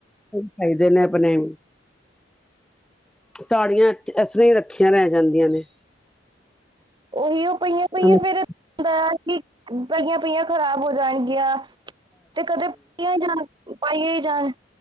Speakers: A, in the centre; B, on the right.
A: ਖਾਈਦੇ ਨੇ ਆਪਣੇ ਸਾੜੀਆਂ ਏਸਰ੍ਹਾਂ ਹੀ ਰੱਖੀਆਂ ਰਹਿ ਜਾਂਦੀਆਂ ਨੇ
B: ਉਹੀਉ ਪਈਆਂ
A: <inaudible>
B: ਪਈਆਂ <unintelligible> ਕਿ ਪਈਆਂ- ਪਈਆਂ ਖ਼ਰਾਬ ਹੋ ਜਾਣਗੀਆਂ। ਤੇ ਕਦੇ <unintelligible> ਜਾਣ ਪਾਈਆਂ ਹੀ ਜਾਣ